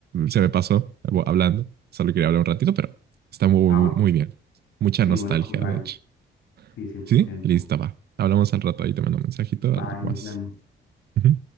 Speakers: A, on the right (about 55°); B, on the left (about 75°).
A: se me pasó hab- hablando. Solo quería hablar un ratito, pero está muy,
B: Ah, bueno.
A: muy bien. Mucha
B: Sí,
A: nostalgia,
B: bueno, pues vale.
A: de hecho.
B: Sí, cien
A: ¿Sí?
B: por ciento
A: Lista, va. Hablamos al rato. Ahí te mando un mensajito
B: Bye,
A: al
B: nos
A: WhatsApp.
B: vemos.
A: Ujú.